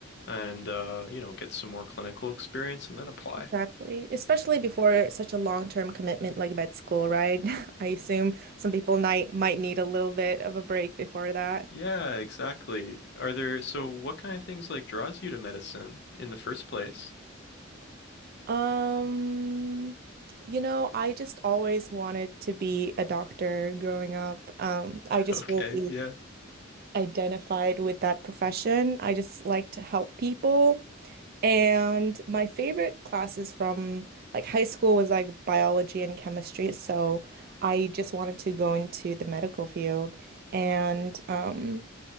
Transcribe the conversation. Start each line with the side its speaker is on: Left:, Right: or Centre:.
Left: and, uh, you know, get some more clinical experience and then apply.
Right: Exactly. Especially
Left: No.
Right: before such a long-term commitment like med school, right? <laughs> I assume some people might might need a little bit of a break before that.
Left: Yeah, exactly. Are there, so what kind of things like draws you to medicine in the first place? <laughs>
Right: Um, you know, I just always wanted to be a doctor growing up. Um, I just
Left: Okay,
Right: really
Left: yeah.
Right: identified with that profession. I just like to help people. And my favorite classes from like high school was like biology and chemistry. So I just wanted to go into the medical field. And um,